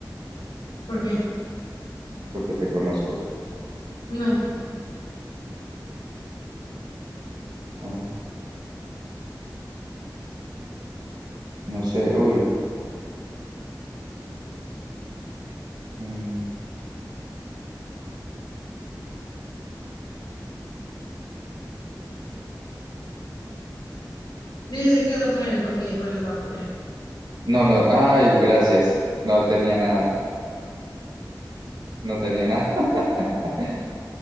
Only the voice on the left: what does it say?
¿por qué?
No.
Dice que vas a poner en comida y por eso la voy a poner.